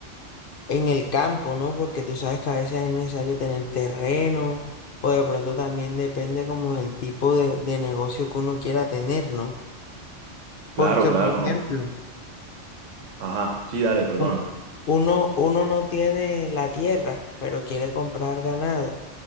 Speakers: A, on the left; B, on the right.
A: en el campo, ¿no? Porque tú sabes que a veces es necesario tener terreno o de pronto también depende como del tipo de, de negocio que uno quiera tener, ¿no? Porque,
B: Claro, claro,
A: por
B: no.
A: ejemplo,
B: Ajá, sí, dale, perdóname.
A: un- uno, uno no tiene la tierra, pero quiere comprar ganado